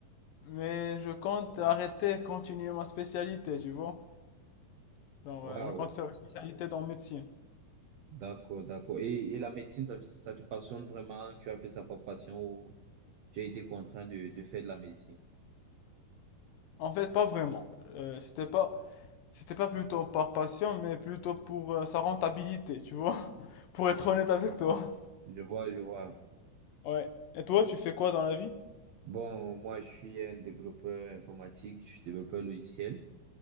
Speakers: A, on the left (about 70°); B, on the right (about 85°).
A: Mais je compte arrêter, continuer ma spécialité, tu vois. Genre,
B: Waouh,
A: euh, je compte faire une spécialité dans médecine.
B: d'accord, d'accord. Et, et la médecine, ça, te- ça te passionne vraiment? Tu as fait ça par passion ou tu as été contraint de, de faire de la médecine?
A: En fait, pas vraiment. Euh, c'était pas, c'était pas plutôt par passion, mais plutôt pour euh, sa rentabilité, tu vois. <laughs> Pour être honnête avec toi.
B: Je vois, je vois.
A: Ouais. Et toi, tu fais quoi dans la vie?
B: Bon, moi, je suis un développeur informatique, je suis développeur logiciel.